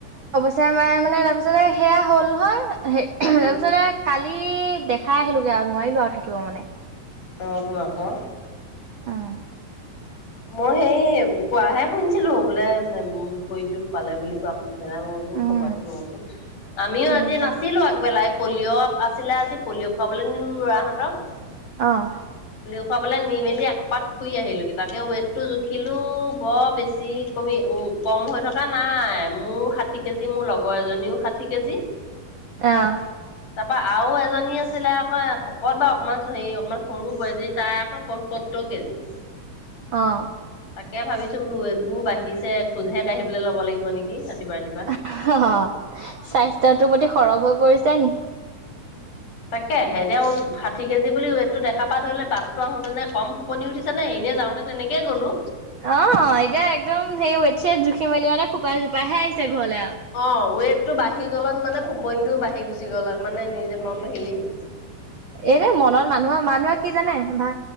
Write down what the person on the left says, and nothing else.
উম
অ' তো আকৌ
মই সেই কোৱাহে শুনিছিলো বোলে ভৰিত দুখ পালে বুলি কোৱা শুনি <unintelligible> মোৰ
খবৰটো ল'বচোন, আমিও
আজি নাছিলোঁ আগবেলাই পলিঅ' আছিলে আজি পলিঅ' খুৱাবলৈ নিলো লৰাহঁতক
খুৱাবলে নি মেলি একপাক ফুৰি আহিলোগে। তাকে ৱেইটটো জুখিলোও বৰ বেছি কমি কম হৈ থকা নাই, মোৰ ষাঠি কেজি মোৰ লগৰ এজনীও ষাঠি কেজি।
তাৰপা আৰু এজনী আছিলে আকৌ শকত বা অকণমান হেৰি অকণমান সৰু বোৱাৰীজনী তাই আকৌ পয়সত্তৰ কেজি ট্ৰেইছ
তাকে ভাবিছো বোলো ৰেদবোৰ বাঢ়িছে খোজহে কঢ়িবলৈ লব লাগিব নেকি। ৰাতিপুৱা ৰাতিপুৱা।
তাকে হে, এতিয়া ষাঠি কেজি বুলি ৱেট টো দেখা পা ধৰিলে বাটটো আহোঁতে নে কম ফুপনি উঠিছে নে এনে যাওঁতে তেনেকে গ'লো
অ ৱেটটো বাঢ়ি গ' মানে ফুপইনটোও বাঢ়ি গল গুচি গ'ল মানে নিজে মনতটো হেৰি আহ <inaudible>